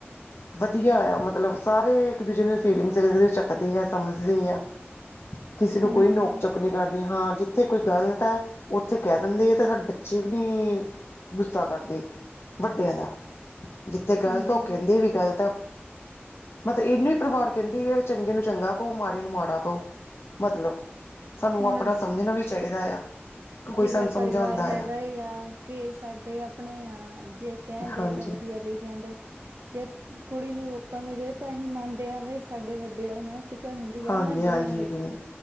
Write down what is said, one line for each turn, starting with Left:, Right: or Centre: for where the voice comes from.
Left: ਵਧੀਆ ਆ ਮਤਲਬ ਸਾਰੇ ਇੱਕ ਦੂਜੇ ਨੂੰ ਫੀਲਿੰਗਜ਼ ਜ, ਚੱਕਦੇ ਆ ਸਮਝਦੇ ਆ। ਕਿਸੇ ਨੂੰ
Right: ਹਾਂਜੀ
Left: ਕੋਈ ਨੋਕ ਚੁੱਕ ਨਹੀਂ ਕੀ ਕਰਦੇ ਹਾਂ ਜਿੱਥੇ ਕੋਈ ਗਲਤ ਹੈ। ਉੱਥੇ ਕਹਿ ਦਿੰਦੇ ਆ ਤਾਂ ਸਾਡੇ ਬੱਚੇ ਵੀ ਗੁੱਸਾ ਕਰਦੇ ਵੱਡਿਆਂ ਦਾ ਜਿੱਥੇ ਗਲਤ
Right: ਹਾਂਜੀ
Left: ਉਹ ਕਹਿੰਦੇ ਵੀ ਗਲਤ ਆ। ਮਤਲਬ ਇਹਨੂੰ ਹੀ ਪਰਿਵਾਰ ਕਹਿੰਦੇ ਆ, ਚੰਗੇ ਨੂੰ ਚੰਗਾ ਕਹੋ, ਮਾੜੇ ਨੂੰ ਮਾੜਾ ਕੋ। ਮਤਲਬ ਸਾਨੂੰ
Right: ਹੁਣ
Left: ਆਪਣਾ ਸਮਝਣਾ ਵੀ ਚਾਹੀਦਾ ਆ। ਕਿ ਕੋਈ
Right: ਜਿਵੇਂ
Left: ਸਾਨੂੰ ਸਮਝਾਉਂਦਾ
Right: ਪਰਿਵਾਰ ਹੈਗਾ
Left: ਆ
Right: ਏ ਯਾਂ ਕਿ ਸਾਡੇ ਆਪਣੇ ਆ ਜੇ ਕਹਿੰਦੇ
Left: ਹਾਂਜੀ
Right: ਤਾਂ ਵਧੀਆ ਲਈ ਕਹਿੰਦੇ। ਜੇ ਕੁੜੀ ਨੂੰ ਰੋਕਣ ਵੀ ਦੇ, ਤਾਂ ਅਸੀਂ ਮੰਨਦੇ ਹਾਂ ਵਈ ਸਾਡੇ ਵੱਡੇ ਆ ਉਹ ਨਾ। ਫਿਕਰ ਹੁੰਦੀ ਆ,
Left: ਹਾਂਜੀ
Right: ਉਹਨਾਂ ਨੇ ਦੁਨੀਆਂ
Left: ਹਾਂਜੀ
Right: ਵੇਖੀ,